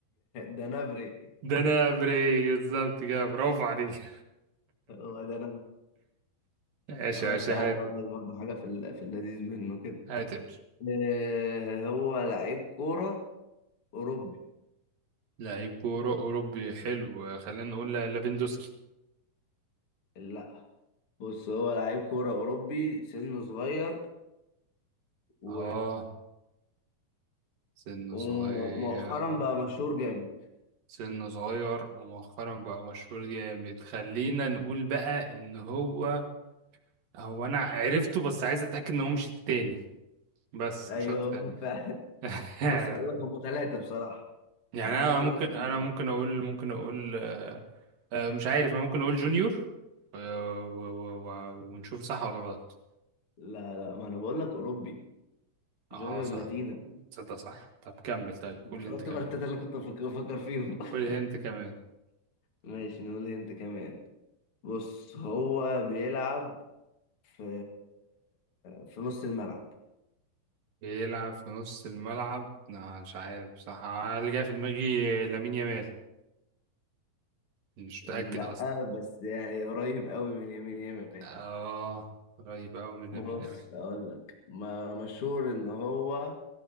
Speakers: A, on the left; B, on the right.
A: ده نبري
B: ده انا بري بالظبط كده برافو عليك
A: هو ده
B: <laughs> ايش
A: خلاص
B: يا باشا
A: تعال
B: هات
A: اقول لك برضه حاجه في ال- في اللذيذ منه كده
B: هاتمش
A: آه، هو لعيب كوره اوروبي
B: لعيب كورة أوروبي حلو خلينا نقول ليفاندوسكي
A: لا بص هو لعيب كوره اوروبي سنه صغير و...
B: اه سنه
A: ومؤخرا
B: صغير
A: بقى مشهور جامد
B: سنه صغير ومؤخرا بقى مشهور جامد خلينا نقول بقى ان هو هو انا عرفته بس عايز اتاكد ان هو مش التاني بس
A: ايوه
B: مش اكتر
A: هم <laughs> فعلا
B: <laughs>
A: بص اقول لك هم ثلاثه بصراحه
B: يعني
A: انت
B: انا
A: عندك
B: ممكن
A: ثلاثه اختار
B: انا
A: بينهم
B: ممكن اقول ممكن اقول آه، آه، مش عارف انا ممكن اقول جونيور آه، و- و- و- ونشوف صح ولا غلط
A: لا لا ما انا بقول لك اوروبي
B: اه
A: جونيور
B: صح
A: لاتينا
B: تصدق صح طب كمل طيب
A: انت
B: قول
A: خرجت
B: انت كمان
A: بره الثلاثه اللي كنت بفكر بفكر فيهم
B: قول
A: <laughs>
B: انت كمان
A: ماشي نقول هنت كمان بص هو بيلعب في في نص الملعب
B: بيلعب في نص الملعب لا مش عارف بصراحة أنا اللي جاي في دماغي لامين يامال مش
A: لا
B: متأكد أصلا
A: بس يعني قريب قوي من اليمين يمين
B: آه قريب أوي من
A: بص
B: لامين يامال
A: اقول لك ما مشهور ان هو